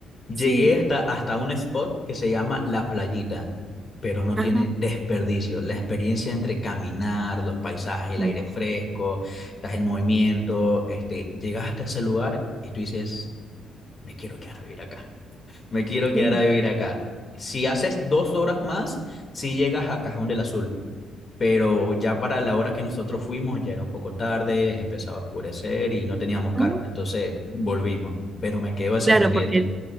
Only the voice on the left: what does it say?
Llegué
hasta, hasta un spot que se llama La Playita, pero no
tiene desperdicio. La experiencia entre caminar, los paisajes, el
aire fresco, estás en movimiento, este, llegas hasta ese lugar y tú dices, me quiero quedar a vivir acá. Me quiero quedar
a vivir acá. Si haces dos horas más, sí llegas a Cajón del Azul, pero ya para la hora que nosotros fuimos ya era un poco tarde, empezaba a oscurecer y no teníamos carpa,
entonces volvimos, pero me quedo ese
pendiente.